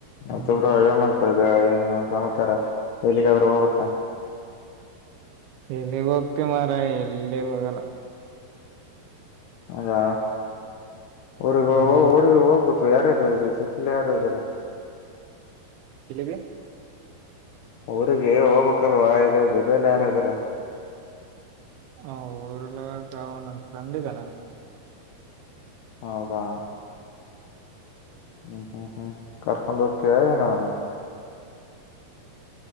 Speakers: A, on the left; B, on the right.
A: ಮತ್ತೊ
B: ಹ್ಮ್
A: ಬ್ರೋ ಏನ್ ಮಾಡ್ತಾ. ಏನ್ ಸಮಾಚಾರ ಎಲ್ಲಿಗಾದ್ರೂ ಹೋಗುತ್ತಾ.
B: ಎಲ್ಲಿಗೆ ಹೋಗ್ತಿ ಮಾರ ಎಲ್ಲಿಗ್ ಹೋಗಲ್ಲ.
A: ಹೌದಾ ಊರಿಗೆ
B: ಹ್ಮ್
A: ಹೋಗು ಊರಿಗೆ ಹೋಗ್ಬೇಕ ಯಾರ ಯಾರ ಇದೀರ ಸುತ್ಲು ಯಾರ್ಯಾರು.
B: <inaudible>
A: ಊರಿಗೆ ಹೋಗಬೇಕಲ್ವಾ ಜೊತೆಲ್ಲ ಯಾರದಾರ.
B: ಊರಿಗೆ <unintelligible> ಫ್ರೆಂಡ್ ಇದಾನೆ.
A: ಹೌದಾ ಹ್ಮ ಹ್ಮ್ ಹ್ಮ ಕಾರ್ಕೊಂಡ ಹೋಗ್ ಕೇಳ್ದೇನೋ